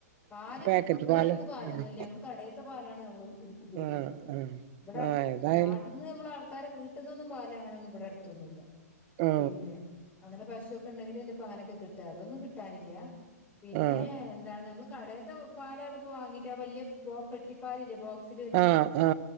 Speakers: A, on the left; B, on the right.
A: പാല്
B: പാക്കറ്റ്
A: കിട്ടും ഇവിടെ
B: പാല്
A: അടുത്ത് പാലൊന്നുംല്ല
B: ഉം.
A: ഞങ്ങ കടേത്തപാല് ആണ് ഞങ്ങള് ഇട് ഉപയോഗിക്കാ.
B: ആ ആ
A: ഇവടെ
B: ആ ഏതായാലും
A: നാട്ട്ന്ന് നമ്മള് ആൾക്കാരെ വീട്ട്ന്നൊന്നും പാല്ങ്ങനൊന്നും ഇവിടെ അടുത്തൊന്നും ഇല്ല
B: ആ
A: പിന്നെ അങ്ങനെ പശു ക്കെണ്ടങ്കില ല്ലേ പ്പം അങ്ങനെക്കെ കിട്ടാ. അതൊന്നും കിട്ടാനില്ല പിന്നെ
B: ആ
A: എന്താണ് നമ്മള് കടെ - <unintelligible> പാലാണ് ഇപ്പോ വാങ്ങീട്ട് വലിയ ബോ പെട്ടിപ്പാലില്ലേ ബോ <unintelligible>
B: ആ ആ ആ